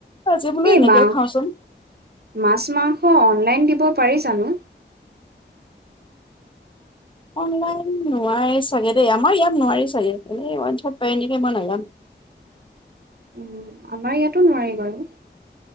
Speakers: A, on the left (about 25°); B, on the right (about 60°).
A: আজি বোলো
B: এইমাহ
A: এনেকে খাওঁচোন
B: মাছ মাংস পেলাই দিব পাৰি যানো
A: অনলাইন নোৱাৰি চাগে দেই আমাৰ ইয়াত নোৱাৰি চাগে পাৰে নেকি মই নাজানো।
B: উম, আমাৰ ইয়াতো নোৱাৰি বাৰু।